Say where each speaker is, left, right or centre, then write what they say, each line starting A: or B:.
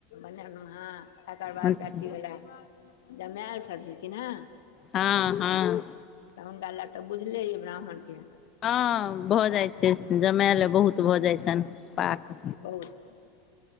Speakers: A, on the left (about 70°); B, on the left (about 40°).
A: बनेलहुं हँ तकर बाद
B: अच्छा
A: से अथीवला जमाय आएल छथिन कै नै
B: हँ हँ
A: तऽ हुनका लए तऽ बुझले यै ब्राह्मणके
B: हँ भऽ
A: तऽ
B: जाइ छै जमएलए बहुत भऽ जाइ छनि पाक
A: बहुत